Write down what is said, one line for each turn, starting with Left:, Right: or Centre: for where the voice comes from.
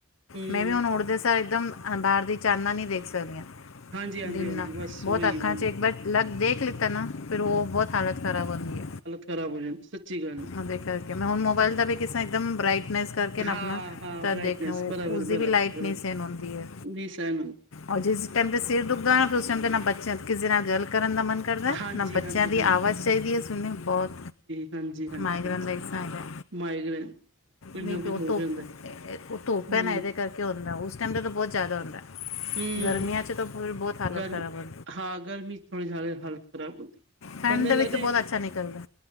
Right: ਹੂੰ
Left: ਮੈਂ ਵੀ ਹੁਨ ਓ ਓਠਦੇ ਸਾਰ ਇੱਕਦਮ ਬਾਰ ਦੀ ਚਾਨਨਾ ਨਈ ਦੇਖ ਸਕਦੀ ਆ ਇਕਦਮ
Right: ਹਾਂਜੀ-ਹਾਂਜੀ-ਹਾਂਜੀ
Left: ਨਾਲ
Right: ਬਸ
Left: ਬੋਤ
Right: ਉਹੀ-ਉਹੀ
Left: ਅੱਖਾਂ 'ਚ ਇੱਕ ਬਟ ਲਗ ਦੇਖ ਲਿਤਾ ਨਾ, ਫਿਰ ਓ ਬੋਤ ਹਾਲਤ ਖ਼ਰਾਬ ਹੁੰਦੀ ਏ
Right: ਖਰਾਬ ਹੋ ਜਾਂਦੀ ਸੱਚੀ ਗੱਲ ਏ।
Left: ਓਦੇ ਕਰਕੇ, ਮੈਂ ਹੁਣ ਮੋਬਾਇਲ ਦਾ ਵੀ ਕਿਸ ਤਾਂ ਇੱਕਦਮ ਬ੍ਰਈਟਨੈਸ ਕਰਕੇ ਨਾ
Right: ਹਾਂ-ਹਾਂ
Left: ਆਪਣਾ ਤਦ
Right: ਬਰਾਈਟਨੈਸ
Left: ਦੇਖਣਾ,
Right: ਬਰਾਬਰ-ਬਰਾਬਰ-ਬਰਾਬਰ
Left: ਓਸਦੀ ਵੀ ਲਾਈਟ ਨਈ ਸੇਨ ਹੁੰਦੀ ਏ।
Right: ਜੀ ਸਹਿਣ
Left: ਔਰ ਜਿਸ ਟਾਈਮ ਤੇ ' ਸਿਰ ਦੁਖਦਾ ਨਾ, ਫਿਰ ਉਸ ਟਾਈਮ ਤੇ ਨਾ ਬੱਚੇਆਂ ਤੇ ਨਾ ਕਿਸੇ ਨਾਲ ਗਲ ਕਰਨ ਦਾ ਮਨ ਕਰ ਕਰਦਾ,
Right: ਹਾਂਜੀ-ਹਾਂਜੀ
Left: ਨਾ ਬੱਚਿਆਂ ਦੀ
Right: ਹਾਂ
Left: ਆਵਾਜ਼ ਚਾਹੀਦੀ ਐ ਸੁਣਨੀ ਬਹੁਤ।
Right: ਹਾਂਜੀ-ਹਾਂਜੀ-ਹਾਂਜੀ,
Left: ਮਾਈਗ੍ਰੇਨ ਦਾ ਇਸਾ ਹੈਗਾ
Right: ਮਾਈਗ੍ਰੇਨ। ਕੁੱਝ
Left: ਨਹੀਂ
Right: ਨਾ ਕੁੱਝ
Left: ਉਹ
Right: ਹੋ
Left: ਧੁੱਪ,
Right: ਜਾਂਦਾ
Left: ਉਹ ਧੁੱਪ
Right: ਹੂੰ
Left: ਐ ਨਾ ਇਹਦੇ ਕਰ ਕੇ ਹੋਂਦਾ, ਉਸ ਟਾਈਮ 'ਤੇ ਤਾਂ ਬਹੁਤ ਜ਼ਿਆਦਾ ਹੁੰਦਾ
Right: ਹੂੰ
Left: ਗਰਮੀਆਂ 'ਚ ਤਾਂ ਫਿਰ ਬਹੁਤ ਹਾਲਤ
Right: ਗਰਮੀ
Left: ਖ਼ਰਾਬ ਹੁੰ
Right: ਹਾਂ, ਗਰਮੀ'ਚ ਥੋੜੀ ਜਿਆਦੇ ਹਾਲਤ ਖਰਾਬ ਹੁੰਦੀ।
Left: ਠੰਡ
Right: ਬੰਦੇ ਨੂੰ
Left: ਵਿੱਚ
Right: ਲੱਗਦਾ
Left: ਬਹੁਤ ਅੱਛਾ ਨਿਕਲਦਾ।